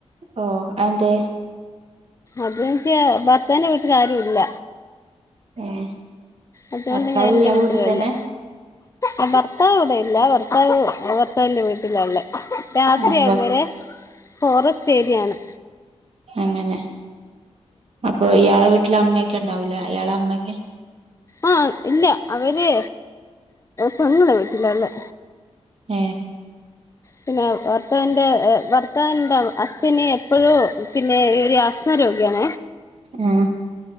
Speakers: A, on the right (about 60°); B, on the left (about 30°).
A: ഓ അതെന്തേ
B: അതന്ന്ചാ ഭർത്താവിന്റെ വീട്ടിലാരും ഇല്ല
A: <unintelligible>
B: അതുകൊണ്ട്
A: ഭർത്താവ്
B: ഞാൻ ഇന്റെ
A: ഇയാളെ
B: വീട്ടിലാള്ളെ
A: വീട്ടിൽ തന്നെ
B: ആ ഭർത്താവ് ഇടെ ഇല്ല ഭർത്താവ് ഭർത്താവിന്റെ വീട്ടിലായൊള്ളേ രാത്രിയാകുമ്പരെ
A: ഏഹ്
B: ഫോറസ്റ്റ് ഏരിയയാണ്
A: അങ്ങനെ അപ്പൊ ഇയാളെ വിട്ട് വീട്ടില് അമ്മയൊക്കെ ഉണ്ടാവൂലെ അയാള അമ്മയൊക്കെ
B: ആ ഇല്ല അവര് പെങ്ങളെ വീട്ടിലായൊള്ളേ
A: ആ
B: പിന്നെ ഭർത്താന്റെ ഭർത്താവിന്റെ അച്ഛന് എപ്പോഴും പിന്നെ ഒരു ആസന രോഗിയണ
A: ആഹ